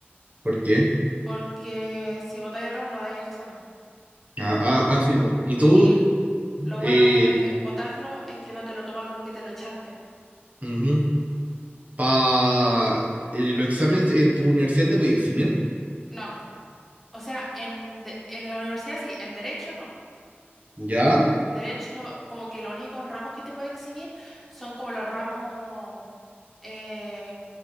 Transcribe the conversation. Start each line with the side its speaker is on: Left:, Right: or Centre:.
Right: ¿Por qué?
Centre: porque si votáis el ramo no dais el examen.
Right: Ah, ah, ah, sí, pues. ¿Y tú,
Centre: Y l- lo
Right: eh,
Centre: bueno de votarlo es que no te lo toma como que te lo echaste.
Right: ujú, pa, eh, los exámenes en tu universidad te puedes eximir?
Centre: No, o sea, en, de- en la universidad sí, en derecho no.
Right: ¿Ya?
Centre: En derecho como que los únicos ramos que te puede eximir son como los ramos eh,